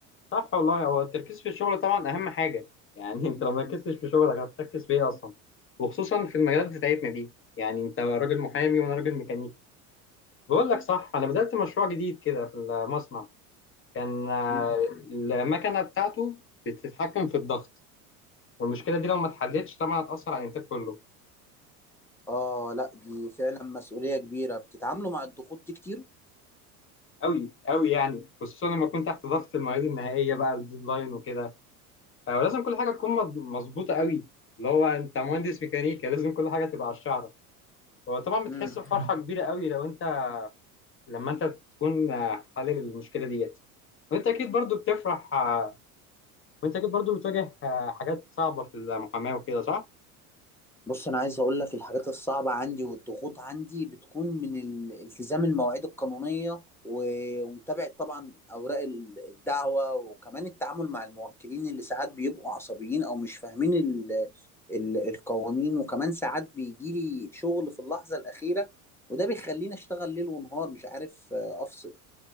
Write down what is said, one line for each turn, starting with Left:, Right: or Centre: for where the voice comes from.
Left: صح والله هو التركيز في الشغل طبعا اهم حاجه يعني انت لو ما ركزتش في شغلك هتركز في ايه اصلا وخصوصا في المجالات بتاعتنا دي يعني انت راجل محامي وانا راجل ميكانيكي بقول لك صح انا بدأت مشروع جديد كده في المصنع كان آه،
Centre: مم.
Left: المكنه بتاعته بتتحكم في الضغط والمشكله دي لو ما اتحلتش طبعا هتأثر على الانتاج كله
Centre: اه لا دي فعلا مسؤولية كبيرة بتتعاملوا مع الضغوط دي كتير
Left: قوي قوي يعني خصوصا لما تكون تحت ضغط المواعيد النهائيه بقى الديدلاين وكده فلازم كل حاجه تكون مض- مظبوطه قوي اللي هو انت مهندس ميكانيكا لازم كل حاجه تبقى على الشعره هو طبعا بتحس
Centre: مم.
Left: بفرحه كبيره قوي لو انت لما انت تكون آه، حلل المشكله ديت وانت اكيد برضو بتفرح آه، وانت اكيد برضو بتواجه آه، حاجات صعبه في المحاماه وكده صح
Centre: بص انا عايز اقول لك الحاجات الصعبه عندي والضغوط عندي بتكون من ال- التزام المواعيد القانونيه و- ومتابعه طبعا اوراق ال- الدعوه وكمان التعامل مع الموكلين اللي ساعات بيبقوا عصبيين او مش فاهمين ال ال القوانين وكمان ساعات بيجي لي شغل في اللحظه الاخيره وده بيخليني اشتغل ليل ونهار مش عارف آه، افصل